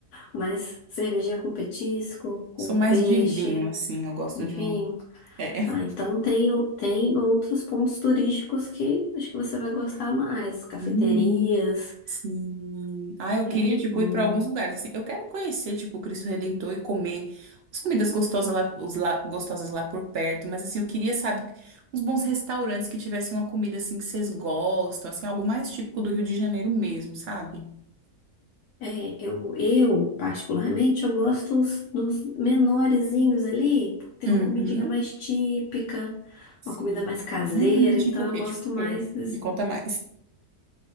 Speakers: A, on the left; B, on the right.
A: Mas cervejinha com petisco, com
B: Sou mais
A: peixe,
B: de vinho, assim. Eu gosto
A: vinho.
B: de um. É.
A: Ah, então tem, o- tem outros pontos turísticos que acho que você vai gostar mais. Cafeterias,
B: Hum, sim. Ah, eu queria,
A: é,
B: tipo,
A: com
B: ir pra alguns lugares, assim. Eu quero conhecer, tipo, o Cristo Redentor e comer as comidas gostosas lá, os lá, gostosas lá por perto. Mas, assim, eu queria, sabe, uns bons restaurantes que tivessem uma comida, assim, que vocês gostam, assim, algo mais típico do Rio de Janeiro mesmo, sabe?
A: É, eu, eu, particularmente, eu gosto dos, dos menorezinhos ali, porque tem
B: Uhum.
A: uma comidinha mais típica,
B: Sim.
A: uma comida mais caseira,
B: Hum, tipo
A: então
B: o
A: eu
B: quê?
A: gosto
B: Tipo o
A: mais
B: quê?
A: desse.
B: Me conta mais.